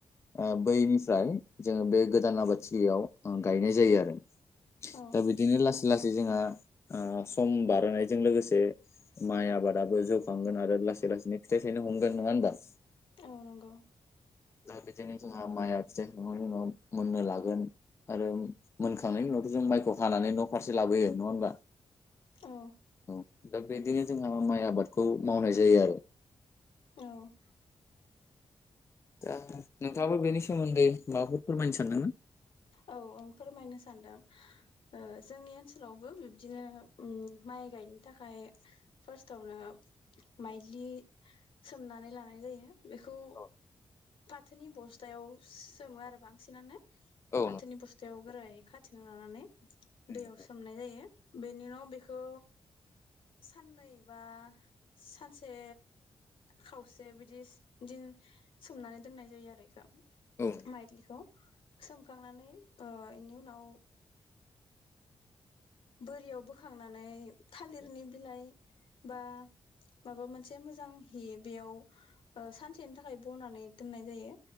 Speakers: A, on the left (about 30°); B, on the left (about 65°).
A: ओ बैनिफ्राय जोङो बे गोदान आबादथिलियाव ओ गायनाय जायो आरो
B: औ
A: दा बिदिनो लासै लासै जोंहा ओ सम बारहोनायजों लोगोसे माइ आबादाबो जौखांगोन आरो लासै लासैनो फिथाइ थायनो हमगोन नङा होनबा?
B: औ नंगौ।
A: दा बिदिनो जोंहा माइआ फिथाइखांनायनि उनाव मोननो लागोन आरो मोनखांनायनि उनावथ जों माइखौ हानानै न फारसे लाबोयो नङा होमबा?
B: औ
A: औ दा बिदिनो जोंहा माइ आबादखौ मावनाय जायो आरो
B: औ <inaudible>
A: दा नोंथाङाबो बेनि सोमोन्दै माबाफोर फोरमायनो सानदोंमोन?
B: औ आं फोरमायनो सानदों ओ जोंनि ओनसोलावबो बिब्दिनो उम माइ गायनो थाखाय फार्स्टआवनो माइलि सोमनानै लानाय जायो बेखौ
A: औ
B: फाथोनि बस्थायाव सोमो आरो बांसिनानो।
A: औ
B: फाथोनि बस्थायाव गोरायै खाथेना लानानै
A: नंगौ
B: दैयाव सोमनाय जायो। बेनि उनाव बेखौ साननै बा सानसे खावसे बिदिस दिन सोमनानै दोननाय जायो आरो यिखौ
A: औ नंगौ
B: माइतलिखौ सोम खांनानै ओ बेनि उनाव बोरियाव बोखांनानै थालिरनि
A: नंगौ
B: बिलाइ बा माबा मोनसे मोजां हि बेयाव सानसेनि थाखाय बनानै दोननाय जायो